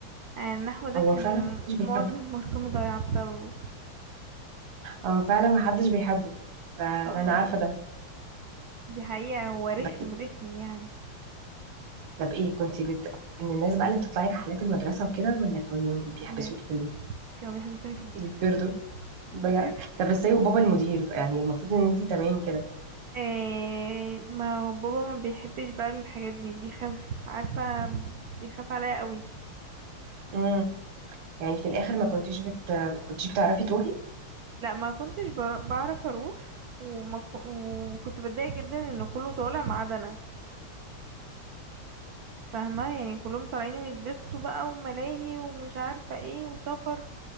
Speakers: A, on the right (about 65°); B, on the right (about 85°).
A: يعني النحو ده
B: هو
A: كان
B: فعلا مش
A: معظم
B: بيحب
A: <laughs> مرقمي ضايعة بسببه
B: هو فعلا محدش بيحبه فانا
A: اه
B: أنا عارفه ده
A: دي حقيقة هو رخم
B: بس
A: رخم يعني
B: طب ايه كنت بت... كنت من الناس بقى اللي بتطلعي رحلات المدرسه وكده ولا كانوا بيحبسوكي
A: ب-
B: في البيت
A: كانوا بيحبسوني في البيت
B: بيتبردوا بجد
A: مش بيرضوا
B: طب ازاي وبابا المدير يعني المفروض ان انت تمام كده
A: آه ما هو بابا ما بيحبش بقى الحاجات دي بيخاف عارفة بيخاف عليا قوي
B: امم يعني في الاخر ما كنتيش بت... ما كنتيش بتعرفي تروحي
A: لا ما كنتش بر- بعرف اروح وما ك... وكنت بتضايق جدا ان كله طالع ما عدا انا فاهمه يعني كلهم طالعين ويتبسطوا بقى وملاهي ومش عارفه ايه وسفر